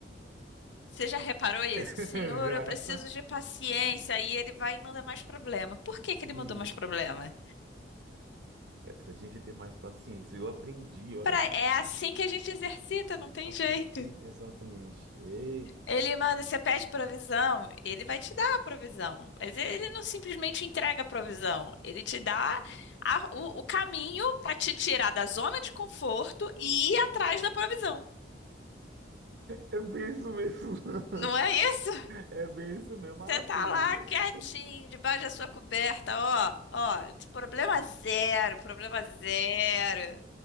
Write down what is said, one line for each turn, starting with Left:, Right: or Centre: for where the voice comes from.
Left: Você já reparou isso?
Right: <laughs>
Left: Senhor,
Right: Já.
Left: eu preciso de paciência. E ele vai e manda mais problema. Por que que
Right: Hum.
Left: ele mandou mais problema?
Right: É para a gente ter mais paciência. Eu aprendi, olha,
Left: Pra- é assim que a gente exercita, não tem
Right: a paciência,
Left: jeito.
Right: exatamente. Ei,
Left: Ele manda, você pede provisão, ele vai te dar a provisão. Mas ele não simplesmente entrega a provisão. Ele te dá a- o, o caminho para te tirar da zona de conforto e ir atrás da provisão.
Right: é bem isso mesmo. <laughs>
Left: Não é isso?
Right: É bem isso mesmo. Ah,
Left: Você tá
Right: filho,
Left: lá
Right: isso-
Left: quietinho, debaixo da sua coberta, ó, ó, problema zero, problema zero.